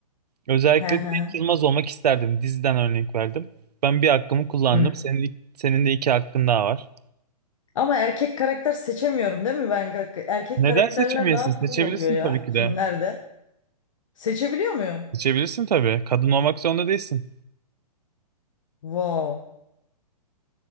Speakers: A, on the right; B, on the left.
A: Özellikle
B: ha
A: de
B: ha.
A: Yılmaz olmak isterdim. Diziden örnek verdim. Ben bir hakkımı kullandım.
B: Hı.
A: Senin, senin de iki hakkın daha var.
B: Ama erkek karakter seçemiyorum değil mi ben? Ka- Erkek
A: Neden
B: karakterler
A: seçemiyorsun?
B: daha
A: Seçebilirsin
B: cool oluyor ya
A: tabii ki
B: filmlerde.
A: de.
B: Seçebiliyor muyum?
A: Seçebilirsin tabii. Kadın olmak zorunda değilsin.
B: Wow.